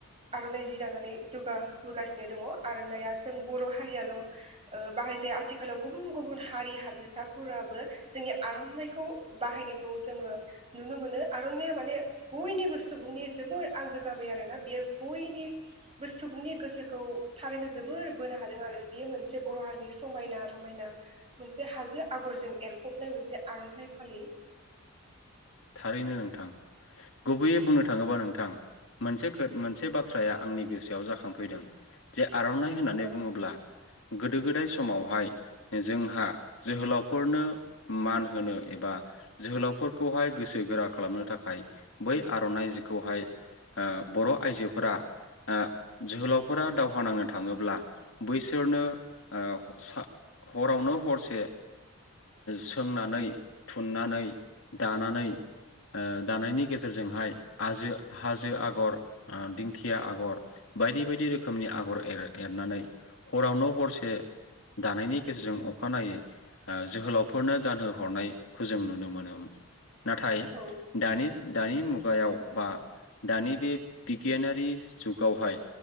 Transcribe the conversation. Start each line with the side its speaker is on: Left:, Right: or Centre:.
Right: आरनाइ जि लानानै जौगाबोगासिनो दङ आरनाइया जों बर हारियाल ओ बाहाय जाया आथिखालाव गुबुन गुबुन हारि हारिसाफोराबो जोंनि आरनाइखौ बाहायनायखौ जोङो नुनो मोनो आरनाइआ माने बयनिबो सुबुंनि जोबोर आंगो जाबाय आरोना बियो बयनिबो सुबुंनि गोसोखौ थारैनो जोबोर बोनो हादों आरो बियो मोनसे बर हारिनि समायना रमायना मोनसे हाजो आगरजों एरफबनाय मोनसे आरनाइ फालि।
Left: थारैनो नोंथां गुबैयै बुंनो थाङोबा नोंथां मोनसे खो मोनसे बाथ्राया आंनि गोसोआव जाखांफैदों जे आरनाइ होननानै
Right: औ
Left: बुङोब्ला गोदो गोदाय समावहाय जोंहा जोहोलावफोरनो मान होनो एबा जोहोलावफोरखौहाय गोसो गोरा खालामनो थाखाय बै आरनाइ जिखौहाय ओ बर आइजोफोरा ओ जोहोलावफोरा दावहा नांनो थाङोब्ला बैसोरनो ओ सा हरावनो हरसे सोंनानै थुननानै दानानै। ओ दानायनि गेजेरजोंहाय आजो हाजो आगर ओ दिंखिया आगर बायदि बायदि रोखोमनि आगर एर-एरनानै हरावनो हरसे दानायनि गेजेरजों अखानायै ओ जोहोलावफोरनो गानहो हरनायखौ जों नुनो मोनोमोन। नाथाय
Right: औ
Left: दनि दानि मु गायाव बा दानि बे बिगियानारि जुगावहाय